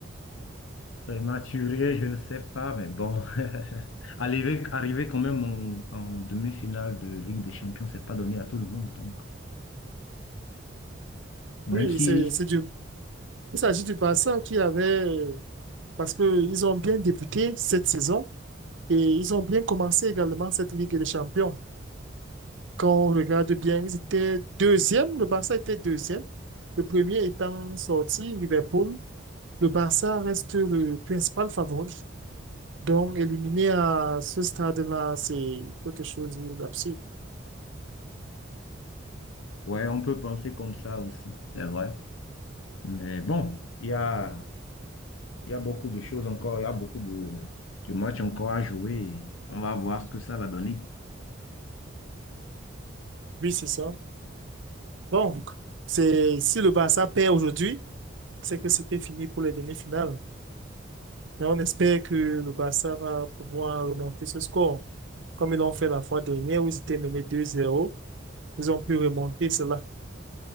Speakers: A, on the left; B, on the right.
A: Prématuré, je ne sais pas, mais bon. <laughs> Arriver, arriver quand même en, en demi-finale de Ligue des Champions, c'est pas donné à tout le monde. Donc, même
B: Oui,
A: si,
B: c'est c'est du Il s'agit du Barça qui avait, euh, parce qu'ils ont bien débuté cette saison et ils ont bien commencé également cette Ligue des Champions. Quand on regarde bien, ils étaient deuxième, le Barça était deuxième, le premier étant sorti, Liverpool. Le Barça reste le principal favori. Donc, éliminé à ce stade-là, c'est quelque chose d'absurde.
A: ouais, on peut penser comme ça aussi, c'est vrai. Mais bon, il y a, il y a beaucoup de choses encore, il y a beaucoup de, de matchs encore à jouer. et On va voir ce que ça va donner.
B: Oui, c'est ça. Donc, c'est, si le Barça perd aujourd'hui, c'est que c'était fini pour les demi-finales. Mais on espère que le Barça va pouvoir remonter ce score. Comme ils l'ont fait la fois dernière où ils étaient menés 2-0, ils ont pu remonter cela.